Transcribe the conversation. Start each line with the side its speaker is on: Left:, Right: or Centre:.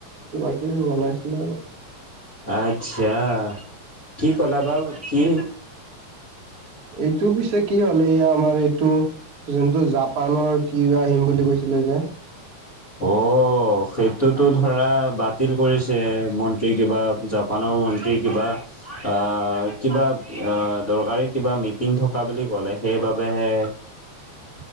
Right: কিবা কিবি বনাইছিলে আৰু।
Left: আচ্ছা, কি কলা বাও কি
Right: এইটো পিছে। কি হ'লে এয়া আমাৰ এইটো যোনটো জাপানৰ কি আহিম বুলি কৈছিলে যে।
Left: অ' সেইটোতো ধৰা বাতিল কৰিছে মন্ত্ৰীক কিবা জাপানৰ মন্ত্ৰী কিবা আহ কিবা অ দৰকাৰী কিবা। মিটিং থকা বুলি কলে সেইবাবেহে
Right: উম,